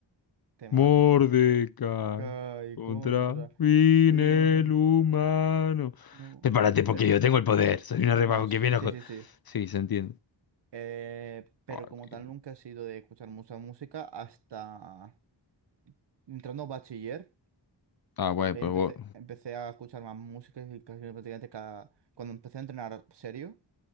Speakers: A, on the right; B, on the left.
A: Temazos
B: Mordecai
A: esa. Kai
B: contra
A: contra
B: fin
A: Rigby.
B: el humano.
A: No.
B: Prepárate porque
A: Pero,
B: yo tengo el poder. Soy una rebajo
A: bueno, sí,
B: que viene a... jo-
A: sí, sí.
B: Sí, se entiende.
A: Eh, pero
B: Ah,
A: como
B: qué-
A: tal nunca he sido de escuchar mucha música hasta entrando a bachiller,
B: ah, güey,
A: que
B: pero
A: ahí empecé,
B: vos.
A: empecé a escuchar más música y casi prácticamente cada... Cuando empecé a entrenar serio,